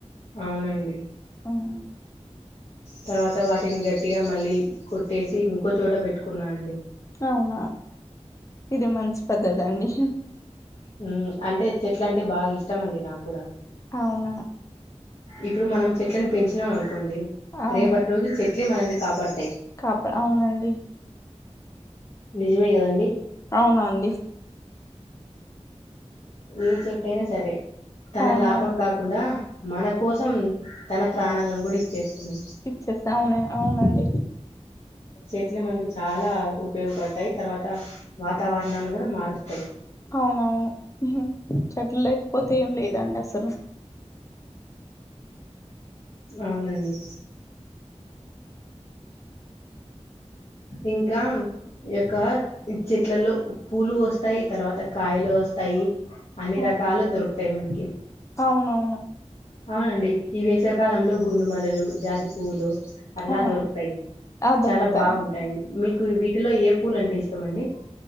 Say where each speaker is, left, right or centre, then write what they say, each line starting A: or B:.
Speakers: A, on the left (about 60°); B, on the left (about 25°).
A: అవునండి
B: హమ్
A: తర్వాత వాటిని గట్టిగా మళ్ళీ కొట్టేసి ఇంకో చోట పెట్టుకున్నా అండి
B: అవునా ఇది మంచి పద్ధతి అండి
A: హమ్ అంటే చెట్లంటే బాగా ఇష్టం అండి నాకు కూడా
B: అవునా
A: ఇప్పుడు మనం చెట్లను పెంచినామ్ అనుకో అండి
B: అవును
A: రేపట్ రోజు చెట్ చెట్లే మనల్ని కాపాడుతాయి
B: కాప అవునండి
A: నిజమే కదండి
B: అవునా అండి
A: ఏ చెట్టైనా సరే తన
B: అవునవును
A: లాభం కాకుండా మన కోసం తన ప్రాణాలను కూడా ఇచ్చేస్తుంది
B: ఇచ్చేస్ అవును అవునండి
A: చెట్లు మనకు చాలా ఉపయోగపడతయి తర్వాత వాతావరణాన్ని కూడా మారుస్తయి
B: అవునవును హు చెట్లు లేకపోతే ఏం లేదండి అసలు
A: అవునండి ఇంకా యొక్క చెట్లలో పూలు వస్తాయి తర్వాత కాయలు వస్తాయి అన్ని
B: ఆ,
A: రకాలు దొరుకు మనకి
B: అవునవును
A: అవునండి ఈ వేసవకాలంలో గుండు మల్లెలు జాజి పువ్వులు అట్లా
B: ఆ
A: దొరుకుతాయ్
B: ఆ దొరుకుతాయి
A: చాలా బాగుంటాయి మీకు వీటిలో ఏ పూలు అంటే ఇష్ట చేస్తామండి